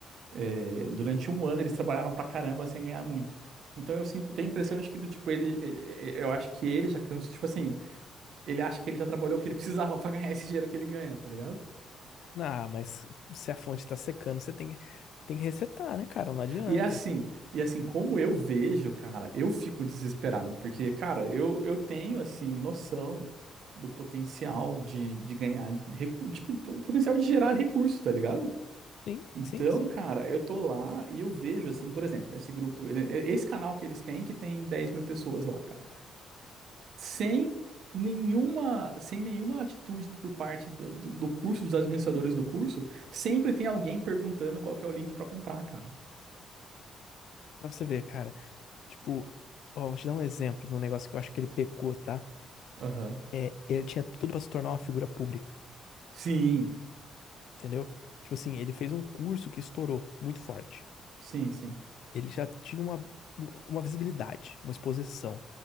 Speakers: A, on the right; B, on the left.
A: É, durante um ano eles trabalharam pra caramba sem ganhar muito. Então eu sinto, tenho a impressão de que do tipo ele, é- é- eu acho que ele já cansou, tipo assim, ele acha que ele já trabalhou o que ele <laughs> precisava pra ganhar esse dinheiro que ele ganha, tá ligado?
B: Ah, mas se a fonte tá secando, você tem que, tem que resetar, né, cara? Não adianta.
A: E é assim, e é assim como eu vejo, cara, eu fico desesperado porque, cara, eu, eu tenho assim noção do potencial de, de ganhar recurso, tipo, o potencial de gerar recurso, tá ligado?
B: Sim,
A: Então,
B: sim, sim.
A: cara, eu tô lá e eu vejo, assim, por exemplo, nesse grupo, eh, esse canal que eles têm, que tem 10 mil pessoas lá, cara. sem nenhuma, sem nenhuma atitude por parte do, do, do curso, dos administradores do curso, sempre tem alguém perguntando qual que é o link para comprar, cara.
B: Pra você ver, cara. Tipo, ó, vou te dar um exemplo de um negócio que eu acho que ele pecou, tá?
A: Aham.
B: É, ele tinha tudo pra se tornar uma figura pública,
A: Sim,
B: entendeu? Tipo assim, ele fez um curso que estourou muito forte.
A: sim, sim.
B: Ele já tinha uma, uma visibilidade, uma exposição.